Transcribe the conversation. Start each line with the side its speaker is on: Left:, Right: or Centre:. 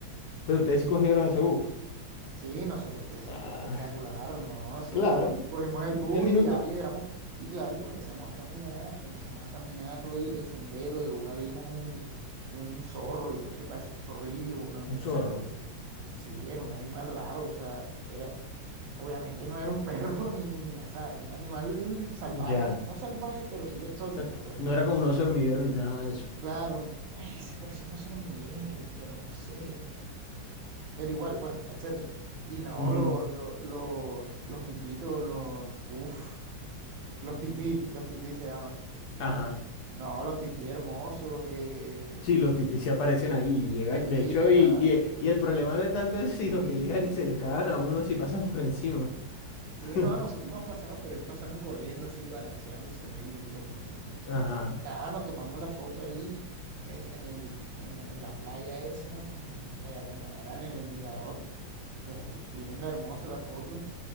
Left: Pero ustedes sí cogieron ese bus.
Right: Sí, nosotros, pf,
Left: Ah,
Right: espectacular, ¿no? Eso,
Left: claro.
Right: cogemos el
Left: diez
Right: bus
Left: minutos.
Right: y ya llegamos. Y claro, y comenzamos a caminar, comenzamos a caminar todo el, el sendero. De una vimos un, un zorro, yo no sé, parecía un zorrillo, una, no
Left: Un zorro.
Right: sé, pero un- sí, era un animal raro, o sea, era, obviamente no era un perro <laughs> ni, ni nada, era un animal salvaje,
Left: Ya.
Right: no salvaje, pero sí exótico,
Left: Exacto.
Right: pues
Left: No
Right: no.
Left: era como unos hormigueros ni nada de eso.
Right: Claro, ay, se parecía a un hormiguero, pero no sé pero igual, bueno, etcétera. Y no,
Left: Ujú.
Right: lo- lo- lo- los miquitos, los, uf, los tití, los tití se llaman.
Left: Ajá.
Right: No, los tití hermosos, eh,
Left: Sí, los titis se aparecen ahí y llegan.
Right: sí,
Left: De hecho,
Right: ajá.
Left: y, y, y el problema no es tanto eso, sino que llegan y se le cagan a uno si pasan por encima.
Right: Sí,
Left: <laughs>
Right: no, a nosotros nos pasaron, pero ellos pasaron corriendo así, balanceándose, muy lindo, muy lindo.
Left: Ajá.
Right: Y nada, nos tomamos la foto ahí eh, en el, eh, en la playa esa, en Playa Cañaveral, en el mirador. Eh, linda, hermosa la foto.